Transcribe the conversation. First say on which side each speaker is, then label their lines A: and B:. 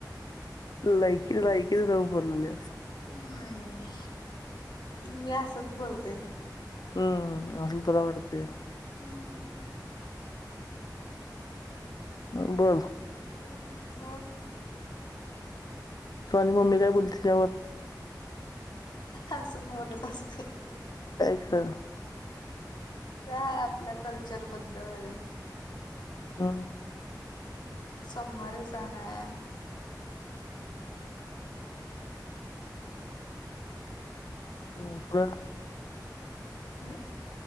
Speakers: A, on the left; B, on the left.
A: लायकी लायकी नाऊ बोोलली असस.
B: हम् मी असंच बोलते.
A: हम्म असल तुला वाटतया.
B: हम्म.
A: ब बोल.
B: तहं बोल.
A: तू आणि मम्मी काय बोलते यावर.
B: असं बोलत असते.
A: काय खरं.
B: काय आपल्या कल्चर बद्दल.
A: ह.
B: हम् सोमवारे स ना आहे.
A: <unintelligible>
B: अ.